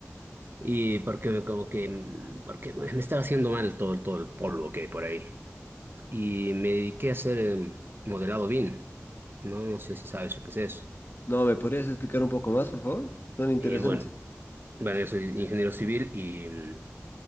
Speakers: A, on the right; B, on the left.
A: y porque como que mm, porque me estaba haciendo mal todo, todo el polvo que hay por ahí. Y me dediqué a hacer em, modelado BIM. No, no sé si sabes lo que es eso.
B: No, ¿me podrías explicar un poco más, por favor? Son interesantes.
A: Eh, bueno, bueno, yo soy ingeniero civil y, mm,